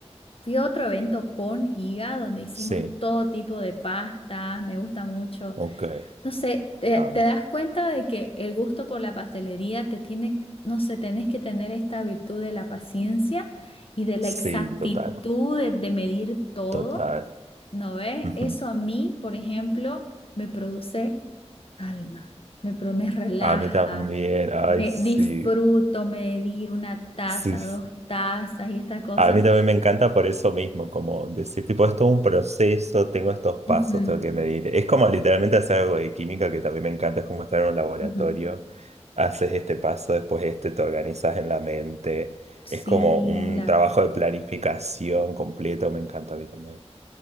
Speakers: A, on the left; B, on the right.
A: Fui a otro evento con IGA donde hicimos
B: Sí,
A: todo tipo de pastas. Me gusta mucho
B: ok.
A: no sé, te,
B: Vamos.
A: te das cuenta de que el gusto por la pastelería te tiene, no sé, tenés que tener esta virtud de la paciencia y de la
B: Sí,
A: exactitud
B: total,
A: de, de medir todo,
B: total.
A: ¿no ves?
B: Ujú.
A: Eso a mí, por ejemplo, me produce calma, me, pro- me relaja,
B: A mí también, ay,
A: me
B: sí,
A: disfruto medir una taza,
B: sí, sí.
A: dos tazas y esta cosa.
B: A mí también me encanta por eso mismo, como decir, tipo, esto es un proceso, tengo estos
A: Ujú,
B: pasos, tengo que medir. Es como literalmente hacer algo de química que también me encanta, es como estar en un laboratorio,
A: ujú.
B: haces este paso, después este, te organizas en la mente.
A: Sí,
B: Es como un
A: la,
B: trabajo de planificación completo, me encanta a mí también.